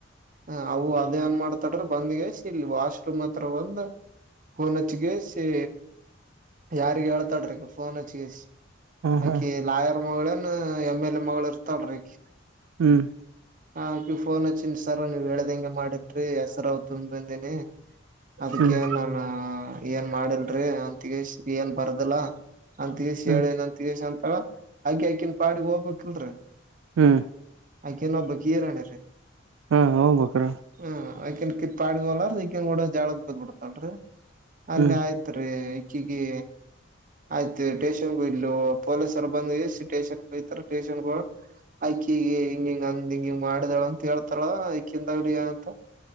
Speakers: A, on the right; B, on the right.
A: ಹ ಅವು ಅದ ಏನ್ ಮಾಡ್ತಾಳ್ರಿ ಬಂದ್ಗೆಸ್ ಇಲ್ ವಾಶ್. ರೂಮತ್ರ ಬಂದು ಹೊನಚ್ಗೆಸಿ. ಯಾರಿಗೊ ಹೇಳ್ತಾಡ್ರಿ ಹಕಿ ಫೋನ್ ಹಚ್ಗೆಸಿ.
B: ಹ್ಮ್
A: ಆಕಿ
B: ಹ್ಮ್
A: ಲಾಯರ್ ಮಗಳೇನ್ ಎಮ್ ಎಲ್ ಎ ಮಗ್ಳು ಇರ್ತಲ್ರಿ ಅಕಿ.
B: ಹ್ಮ್.
A: ಹಕಿ ಫೋನ್ ಹಚ್ಚಿನ್ ಸರ್ ನೀವ್ ಹೇಳ್ದಂಗೆ ಮಾಡಿದ್ರಿ ಹೆಸರಾವ್ ತುಂಬಂದೇನಿ. ಅದಿಕ್ಕೆೇ
B: ಹ್ಮ್ ಹ್ಮ್
A: ನನು ಏನ್ ಮಾಡಿಲ್ರಿ ಒಂತಿಗೆ ಏನ್ ಬರ್ದಿಲ್ಲ. ಅಂತೀಶ್
B: ಹ್ಮ್
A: ಹೇಳ ಇನೊಂತೀಶ್ ಅಂತಳ ಅಂಕೆ ಇಕಿನ್ ಪಾಡಿಗ್ ಹೋಗ್ಬೇಕಿಲ್ರಿ.
B: ಹ್ಮ್.
A: ಆಕೆನೊಬ್ಬ ಕೀರಾಣೆ ರೀ
B: ಹಾ ಹೋಗ್ಬೇಕ್ರ
A: ಹಾ. ಆಕನ್ ಕಿತ್ಡ್ವಲ್ಲ ಇಕನ್ ನೋಡಿರ್ ಜಗ್ಳಾಕ್ ಬಿದ್ಬುಡ್ತಳ್ರಿ ಅಲ್.
B: ಹ್ಮ್
A: ತ್ರಿ ಇಕಿಗೆ. ಆಯ್ತು ಸ್ಟೇಷನ್ಗ್ ಒಯಿದ್ಲು ಪೊಲೀಸರ್ ಬಂದಿಗೆ ಸ್ಟೇಷನ್ಗೊಯ್ತರೆ ಸ್ಟೇಷನ್ಗ. ಅಕ್ಕಿ ಹಿಂಗ್ ಹಿಂಗ್ ಅಂದ್ ಹಿಂಗ್ ಹಿಂಗ್ ಮಾಡಿದಾಳ್ ಅಂತ್ ಹೇಳ್ತಾರ ಅಕ್ಕಿಂದ. <unintelligible>